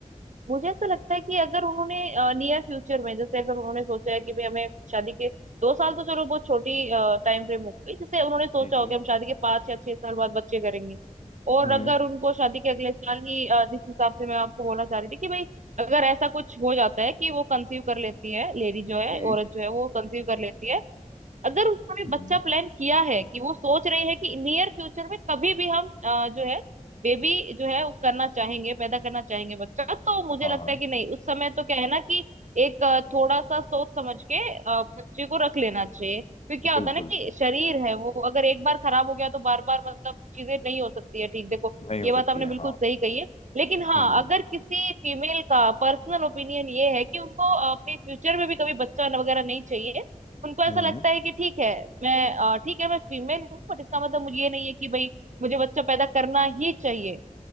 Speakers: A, on the right (about 65°); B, on the left (about 55°).
A: मुझे ऐसा लगता है कि अगर उन्होंने नियर फ्यूचर में जैसे अगर उन्होंने सोचा है कि भाई हमें शादी के दो साल तो चलो बहुत छोटी टाइम फ्रेम हो गई जैसे उन्होंने सोचा
B: जी
A: हो
B: जी
A: कि हम शादी के पांच या छह साल बाद बच्चे करेंगे और
B: हम्म
A: अगर उनको शादी के अगले साल ही अ, जिस हिसाब से मैं आपको बोलना चाह रही थी कि भाई अगर ऐसा कुछ हो जाता है कि वो कंसीव कर लेती है लेडी जो है
B: जी
A: औरत जो है वो कंसीव कर लेती है अगर उन्होंने
B: हम्म
A: बच्चा प्लान किया है कि वो सोच रही है कि नियर फ्यूचर में कभी भी हम अ, जो है बेबी जो है वो करना चाहेंगे पैदा करना चाहेंगे बच्चा तो मुझे
B: हाँ
A: लगता है कि नहीं उस समय तो क्या है ना कि एक अ, थोड़ा सा सोच समझ के अ, बच्चे को रख लेना चाहिए फिर क्या होता
B: बिल्कुल
A: है ना कि शरीर है वो अगर एक बार खराब हो गया तो बार बार मतलब चीजें नहीं हो सकती है ठीक देखो
B: नहीं हो
A: ये
B: सकती
A: बात आपने
B: है
A: बिल्कुल
B: हाँ
A: सही कही है लेकिन हाँ
B: हम्म
A: अगर किसी फीमेल का पर्सनल ओपिनियन ये है कि उनको अ, अपने फ्यूचर में भी कभी बच्चा वगैरह नहीं चाहिए उनको ऐसा
B: हम्म
A: लगता है कि ठीक है मैं अ, ठीक है मैं फीमेल हूँ बट इसका मतलब मुझे ये नहीं है कि भाई मुझे बच्चा पैदा करना ही चाहिए